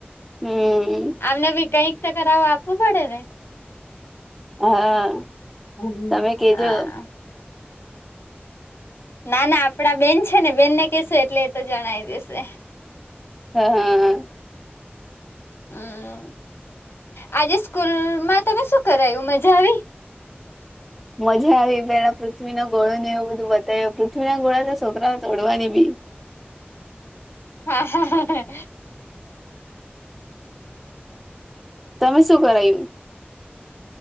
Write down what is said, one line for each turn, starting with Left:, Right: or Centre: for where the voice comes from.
Centre: હમ
Left: આમને બી કાંઈક તો કરાવવા આપવું પડે ને.
Centre: હા.
Left: હમ્મ,
Centre: તમે કેજો
Left: હા. ના, ના આપડા બેન છે ને બેનને કેશું એટલે એ તો જણાય દેશે.
Centre: હાહો.
Left: હમ્મ. આજે સ્કૂલમાં તમે શું કરાયું? મજા આવી?
Centre: મજા આયવી, પહેલા પૃથ્વી ના ગોળો ને એવું બધું બતાઈવું, પૃથ્વી ના ગોળા તો છોકરાને તોડવાને બી.
Left: હા, હા.
Centre: તમે શું કરાયવુ?